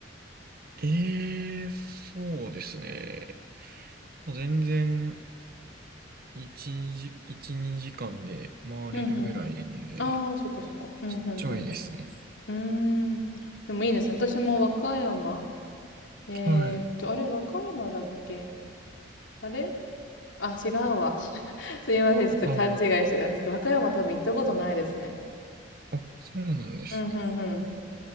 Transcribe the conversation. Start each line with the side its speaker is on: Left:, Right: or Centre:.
Right: い。ええ、そうですね。もう全然、1、2時、1、2時間で回れるぐらいなんで、
Left: うん、うん。ああ、そっかそっか。うん、うん、
Right: ちょいですね。
Left: うん。うーん。でもいいですね。私も和歌山えーっと、
Right: はい。
Left: あれ、和歌山だっけあれあ、違うわ。すいません、ちょっと勘違いしてたんですけど、
Right: あ
Left: 和歌山多分行ったことないですね。
Right: あ、あ、そうなんですね。
Left: うん、うん、うん。